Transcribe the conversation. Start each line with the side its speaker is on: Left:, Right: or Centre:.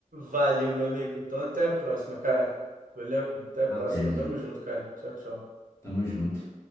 Right: Valeu, meu amigo. Então, até a próxima, cara. Valeu, até a
Left: Na
Right: próxima.
Left: termo.
Right: Tamo junto, cara. Tchau, tchau.
Left: Tamo junto.